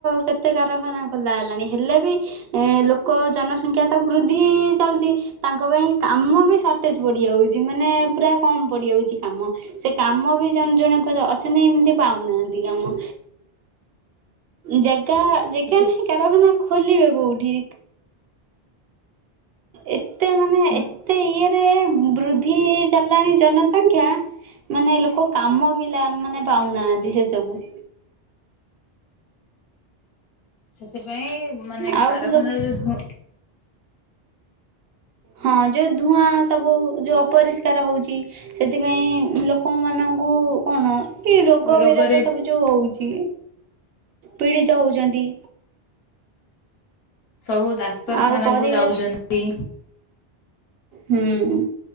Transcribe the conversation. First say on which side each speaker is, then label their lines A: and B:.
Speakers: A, on the right; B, on the left.
A: କେତେ କାରଖାନା ଖୋଲା ହେଲାଣି ହେଲେ ବି ଏ ଲୋକ ଜନସଂଖ୍ୟା ତ ବୃଦ୍ଧି ହେଇ ହେଇ ଚାଲିଛି। ତାଙ୍କ ପାଇଁ କାମ ବି ସର୍ଟେଜ ପଡିଯାଉଛି ମାନେ ପୁରା କମ ପଡିଯାଉଛି କାମ। ସେ କାମ ବି ଜଣେ ଜଣେ କର ଅଛନ୍ତି ଏମିତି ପାଉନାହାନ୍ତି। କି କାମ ଜାଗା, ଜାଗା
B: ସେଥି
A: ନାହିଁ କାରଖାନା ଖୋଲିବେ କୋଉଠି? ଏତେ ମାନେ
B: ହୁଁ
A: ଏତେ ଇଏରେ ବୃଦ୍ଧି ଚାଲିଲାଣି ଜନସଂଖ୍ୟା ମାନେ ଲୋକ କାମ ବି ଲା ମାନେ ପାଉନାହାନ୍ତି ଶେଷକୁ।
B: ସେଥିପାଇଁ ମାନେ
A: ଆଉ
B: କାରଖାନା
A: ସବୁ
B: ରୁ ଯୋଉ ଧୂ
A: ହଁ ଯୋଉ ଧୂଆଁ ସବୁ ଯୋଉ ଅପରିଷ ସ୍କାର ହଉଛି ସେଥିପାଇଁ ଲୋକମାନଙ୍କୁ କଣ ଏ ରୋଗ
B: ରୋଗରେ
A: ବୈରାଗ ସବୁ ଯୋଉ ହଉଛି ପୀଡିତ ହଉଛନ୍ତି।
B: ସବୁ ଡାକ୍ତରଖାନା
A: ଆଉ ପରିବେଶ
B: କୁ ଯାଉଛନ୍ତି।
A: ହୁଁ।